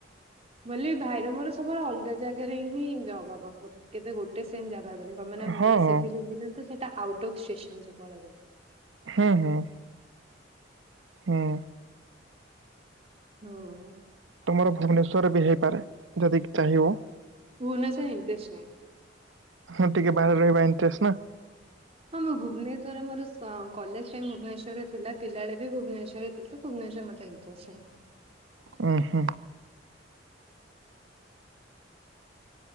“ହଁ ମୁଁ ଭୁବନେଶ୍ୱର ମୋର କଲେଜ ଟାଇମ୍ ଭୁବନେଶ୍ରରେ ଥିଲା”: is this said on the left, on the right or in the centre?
Right